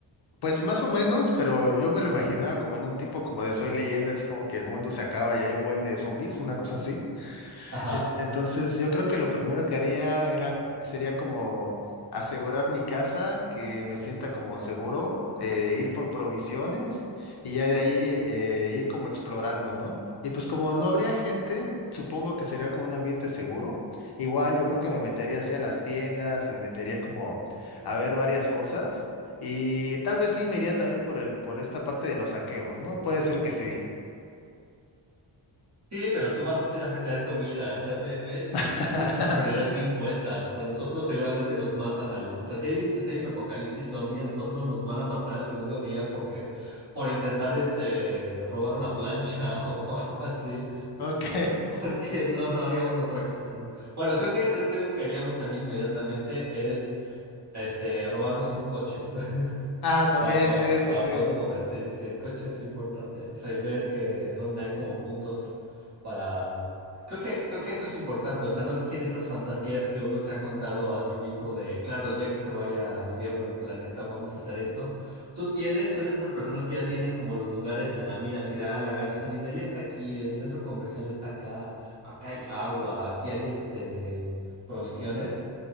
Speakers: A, on the left; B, on the right.
A: Pues más o menos, pero yo me lo imaginaba como en un tipo como de Soy Leyenda, así como que el mundo se acaba y hay un buen de zombies, una cosa así.
B: Ajá.
A: En- Entonces, yo creo que lo primero que haría era, sería como asegurar mi casa, que me sienta como seguro, eh, ir por provisiones y ya de ahí eh, ir como explorando, ¿no? Y pues como no habría gente, supongo que sería como un ambiente seguro. Igual yo creo que me metería así a las tiendas, me metería como a ver varias cosas y tal vez sí me iría también por el, por esta parte de los saqueos, ¿no? Puede ser que sí.
B: Sí, pero tú vas a ir a saquear comida. O sea, ve, ve,
A: <laughs>
B: sí tienes tus prioridades bien puestas. A nosotros seguramente nos matan al. O sea, si hay un, si hay un apocalipsis zombie, a nosotros nos van a matar el segundo día porque por intentar este robar una plancha <laughs> o algo así.
A: Ok.
B: Porque no, no haríamos otra cosa, ¿no? Bueno, creo que, creo que algo que haríamos también inmediatamente es este robarnos un coche. <laughs>
A: Ah, también,
B: Para, para,
A: sí, sí,
B: para
A: sí.
B: podernos mover, sí, sí, sí, el coche es importante. O sea, y ver que dónde hay como puntos para... Creo que, creo que eso es importante. O sea, no sé si en estas fantasías que uno se ha contado a sí mismo de, claro, el día que se vaya al diablo el planeta, vamos a hacer esto. Tú tienes, tú eres de esas personas que ya tienen como los lugares en la mira, así de, ah, la gasolinería está aquí, el centro comercial está acá, acá hay agua, aquí hay este, provisiones.